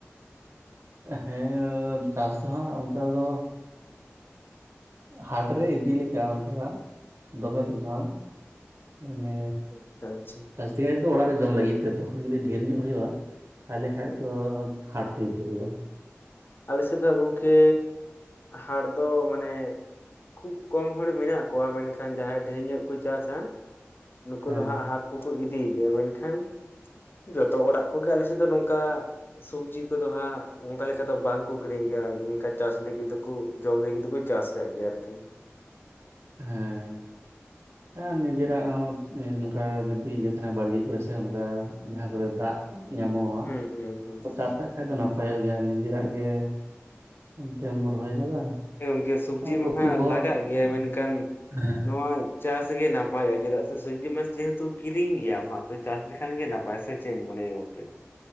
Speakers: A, on the right (about 65°); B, on the left (about 45°).
A: ᱦᱮᱸ ᱪᱟᱥ ᱫᱚ ᱦᱟᱸᱜ ᱚᱱᱠᱟ ᱫᱚ ᱦᱟᱴ ᱨᱮ ᱤᱫᱤ ᱞᱮᱠᱟ ᱚᱝᱠᱟ ᱫᱚᱢᱮ ᱫᱚ ᱵᱟᱝ ᱚᱱᱮ
B: ᱟᱪᱪᱷᱟ ᱟᱪᱪᱷᱟ
A: ᱡᱟᱥᱛᱤ ᱜᱟᱭᱛᱮ ᱫᱚ ᱚᱲᱟᱜ ᱨᱮ ᱡᱚᱢ ᱞᱟᱹᱜᱤᱫ ᱛᱮ ᱛᱚᱠᱷᱚᱱ ᱡᱩᱫᱤ ᱰᱷᱮᱨ ᱧᱚᱜ ᱦᱩᱭᱩᱜ-ᱟ ᱛᱟᱞᱮ ᱠᱷᱟᱡ ᱫᱚ ᱦᱟᱴ ᱛᱮ ᱤᱫᱤ ᱦᱩᱭᱩᱜ-ᱟ
B: ᱟᱞᱮ ᱥᱮᱫ ᱫᱚ ᱜᱚᱝᱠᱮ ᱦᱟᱴ ᱫᱚ ᱢᱟᱱᱮ ᱠᱷᱩᱵ ᱠᱚᱢ ᱦᱚᱲ ᱢᱮᱱᱟᱜ ᱠᱚᱣᱟ ᱢᱮᱱᱠᱷᱟᱱ ᱡᱟᱦᱟᱸᱭ ᱰᱷᱮᱨ ᱧᱚᱜ ᱠᱚ ᱪᱟᱥᱟ ᱱᱩᱠᱩ
A: ᱦᱮᱸ
B: ᱫᱚ ᱦᱟᱸᱜ ᱦᱟᱴ ᱠᱚᱠᱚ ᱤᱫᱤ ᱜᱮᱭᱟ ᱢᱮᱱᱠᱷᱟᱱ ᱡᱚᱛᱚ ᱚᱲᱟᱜ ᱠᱚᱜᱮ ᱟᱞᱮ ᱥᱮᱫ ᱫᱚ ᱱᱚᱝᱠᱟ ᱥᱚᱵᱽᱡᱤ ᱠᱚᱫᱚ ᱦᱟᱸᱜ ᱚᱝᱠᱟ ᱞᱮᱠᱟ ᱫᱚ ᱵᱟᱝᱠᱚ ᱠᱤᱨᱤᱧ ᱜᱮᱭᱟ ᱚᱝᱠᱟ ᱪᱟᱥ ᱞᱟᱹᱜᱤᱫ ᱫᱚᱠᱚ ᱡᱚᱢ ᱞᱟᱹᱜᱤᱫ ᱫᱚᱠᱚ ᱪᱟᱥ ᱟᱠᱟᱜ ᱜᱮᱭᱟ ᱟᱨᱠᱤ
A: ᱦᱮᱸ
B: <inaudible>
A: ᱦᱮᱸ ᱱᱤᱡᱮᱨᱟᱜ ᱦᱚᱸ ᱚᱱᱠᱟ ᱡᱩᱫᱤ ᱤᱭᱟᱹ ᱛᱟᱦᱮᱸᱱᱟ ᱵᱟᱲᱜᱮ ᱠᱚᱨᱮ ᱥᱮ ᱚᱱᱠᱟ ᱡᱟᱦᱟᱸ ᱠᱚᱨᱮ ᱫᱟᱜ ᱧᱟᱢᱚᱜ-ᱟ
B: ᱦᱩᱸ ᱦᱩᱸ ᱦᱩᱸ
A: ᱛᱚ
B: ᱦᱩᱸ
A: ᱪᱟᱥ ᱠᱟᱜ ᱠᱷᱟᱡ ᱫᱚ ᱱᱟᱯᱟᱭᱚᱜ ᱜᱮᱭᱟ ᱱᱤᱡᱮᱨᱟᱜ ᱜᱮ ᱪᱮᱫ ᱮᱢ ᱨᱚᱦᱚᱭ ᱠᱟᱫᱟ?
B: ᱦᱮᱸ ᱜᱚᱝᱠᱮ ᱥᱚᱵᱽᱡᱤ
A: ᱟᱨ
B: ᱢᱟᱦᱟ
A: ᱩᱛᱩ ᱠᱚᱦᱚᱸ
B: ᱞᱟᱜᱟᱜ ᱜᱮᱭᱟ ᱢᱮᱱᱠᱷᱟᱱ
A: ᱦᱮᱸ
B: ᱱᱚᱣᱟ ᱪᱟᱥ ᱜᱮ ᱱᱟᱯᱟᱭᱚᱜ-ᱟ ᱪᱮᱫᱟᱜ ᱥᱮ ᱥᱚᱵᱽᱡᱤ ᱢᱟ ᱡᱮᱦᱮᱛᱩ ᱠᱤᱨᱤᱧ ᱜᱮᱭᱟᱢ ᱦᱟᱸᱜ ᱛᱚ ᱪᱟᱥ ᱞᱮᱠᱷᱟᱱ ᱜᱮ ᱱᱟᱯᱟᱭ ᱥᱮ ᱪᱮᱫ ᱮᱢ ᱢᱚᱱᱮᱭᱟ ᱜᱚᱝᱠᱮ